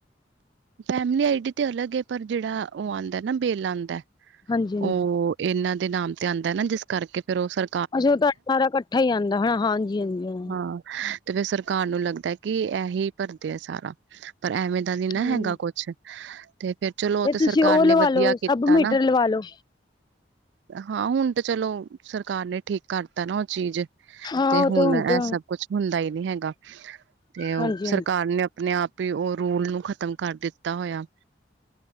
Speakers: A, on the right; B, on the left.
A: ਫੈਮਿਲੀ ਆਈਡੀ ਤੇ ਅਲੱਗ ਐ, ਪਰ ਜੇੜਾ ਉਹ ਆਂਦਾ ਨਾ ਬਿਲ ਆਂਦਾ
B: ਹਾਂਜੀ ਹਾਂਜੀ
A: ਉਹ ਇਹਨਾਂ ਦੇ ਨਾਮ ਤੇ ਆਂਦਾ ਨਾ ਜਿਸ ਕਰਕੇ ਫਿਰ ਉਹ ਸਰ
B: ਅੱਛਾ, ਉਹ ਤੁਹਾਡਾ ਸਾਰਾ ਕੱਠਾ ਈ ਆਂਦਾ ਹੈਨਾ, ਹਾਂਜੀ-ਹਾਂਜੀ।
A: ਹਾਂ ਤੇ ਫੇਰ ਸਰਕਾਰ ਨੂੰ ਲੱਗਦਾ ਕਿ ਇਹੀ ਭਰਦੇ ਆ ਸਾਰਾ ਪਰ ਐਵੇਂ ਦਾ ਨੀ ਨਾ
B: ਹ
A: ਹੈਗਾ ਕੁਛ, ਤੇ ਫੇਰ ਚਲੋ ਉਹ ਤੇ ਸਰਕਾਰ
B: ਤੁਸੀਂ
A: ਨੇ
B: ਲਵਾ
A: ਵਦੀਆ
B: ਲੋ
A: ਕੀਤਾ
B: ਸਬ ਮੀਟਰ
A: ਨਾ
B: ਲਵਾ ਲੋ
A: ਹਾਂ ਹੁਣ ਤੇ ਚਲੋ, ਸਰਕਾਰ ਨੇ ਠੀਕ ਕਰਤਾ ਨਾ ਉਹ ਚੀਜ਼।
B: ਹਾਂ
A: ਤੇ
B: ਉਹ
A: ਹੁਣ ਇਹ
B: ਤੇ
A: ਸਭ ਕੁਛ ਹੁੰਦਾ ਈ ਨਈ ਹੈਗਾ ਤੇ ਉਹ
B: ਹਾਂਜੀ ਹਾਂਜੀ
A: ਸਰਕਾਰ ਨੇ ਅਪਣੇ ਆਪ ਹੀ ਉਹ ਰੂਲ ਨੂੰ ਖ਼ਤਮ ਕਰ ਦਿੱਤਾ ਹੋਇਆ।